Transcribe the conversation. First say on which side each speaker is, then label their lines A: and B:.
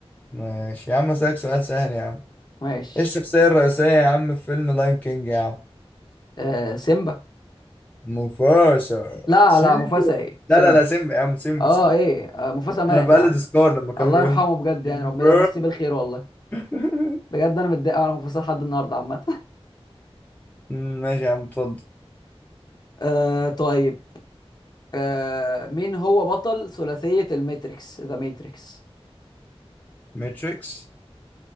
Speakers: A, on the left; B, on the left.
A: ماشي يا عم اسالك سؤال سهل يا عم
B: ماشي
A: ايه الشخصية الرئيسية يا عم في فيلم لاين كينج يا عم
B: آه سيمبا
A: موفاشا
B: لا
A: سيمبا
B: لا مفاسا ايه سيمبا
A: لا لا لا سيمبا يا عم سيمبا
B: اه
A: سيمبا
B: ايه آه مفاسا مات
A: انا بقلد
B: يا عم
A: سكار لما كان
B: الله
A: بيقول
B: يرحمه بجد
A: سيمبا
B: يعني ربنا يمسيه بالخير والله
A: <laughs>
B: بجد انا متضايق أوي على مفاسا لحد النهارده عامة <laughs>
A: أمم، ماشي يا عم اتفضل
B: آه طيب آه مين هو بطل ثلاثية الماتريكس ذا ماتريكس
A: ماتريكس